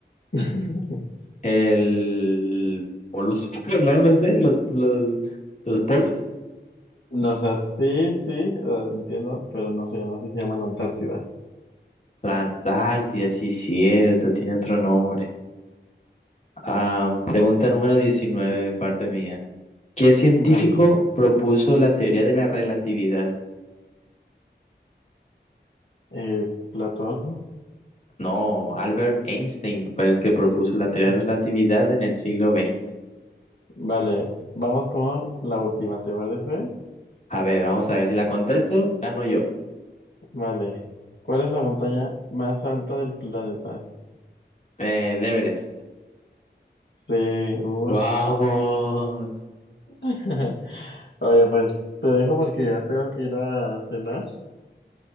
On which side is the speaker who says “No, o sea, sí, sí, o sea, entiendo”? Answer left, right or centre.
Left